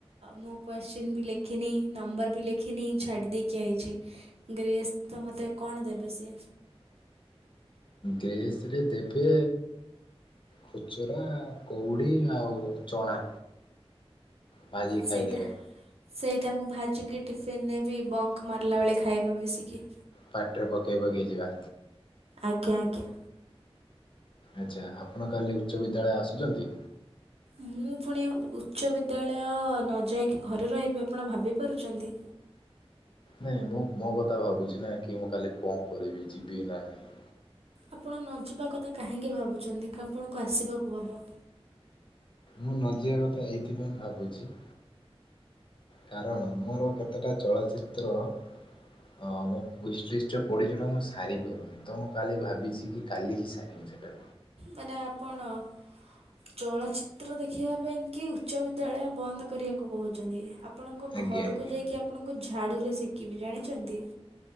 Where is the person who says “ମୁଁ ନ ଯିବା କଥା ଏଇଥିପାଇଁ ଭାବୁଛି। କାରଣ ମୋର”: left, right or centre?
Left